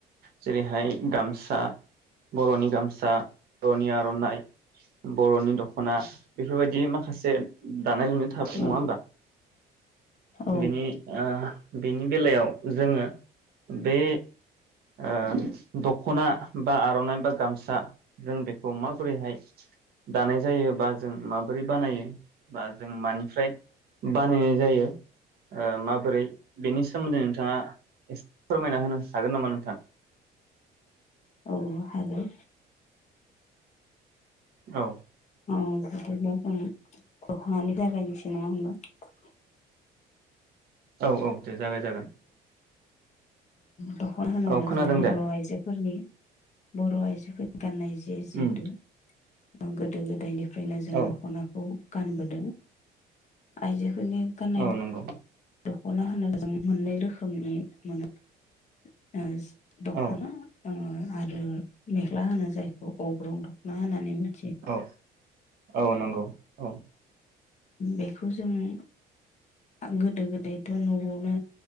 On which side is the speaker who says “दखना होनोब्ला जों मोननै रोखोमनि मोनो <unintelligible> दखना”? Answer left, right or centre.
Left